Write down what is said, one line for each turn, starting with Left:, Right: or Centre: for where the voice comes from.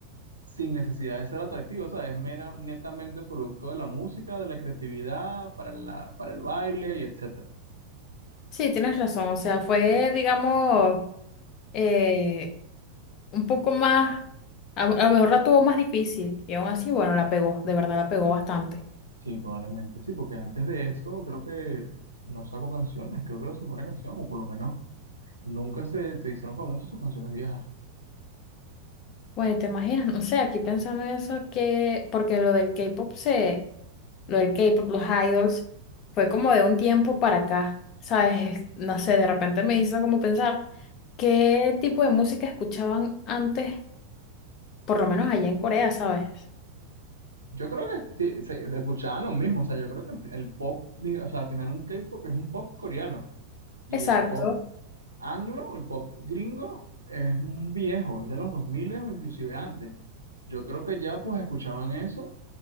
Right: sin necesidad de ser atractivo, o sea, es mera, netamente producto de la música, de la creatividad, para la, para el baile y etcétera.
Left: Sí, tienes razón. O sea, fue, digamos, eh, un poco más, a, a lo mejor la tuvo más difícil. Y aún así, bueno, la pegó, de verdad la pegó bastante.
Right: Sí, probablemente, sí, porque antes de eso creo que no sacó canciones, creo que era su primera canción, o por lo menos nunca se, se hicieron famosas sus canciones viejas.
Left: Bueno, ¿te imaginas? No sé, aquí pensando en eso, que, porque lo del K-pop se, lo del K-pop, los idols, fue como de un tiempo para acá, ¿sabes? <laughs> Es- No sé, de repente me hizo como pensar qué tipo de música escuchaban antes, por lo menos allá en Corea, ¿sabes?
Right: Yo creo que sí, se, se escuchaban los mismos, o sea, yo creo que al fin- el pop, diga- o sea, al final un K-pop es un pop coreano y
Left: Exacto.
Right: el pop anglo, el pop gringo es un viejo, es de los 2000 o inclusive antes. Yo creo que ya pues escuchaban eso,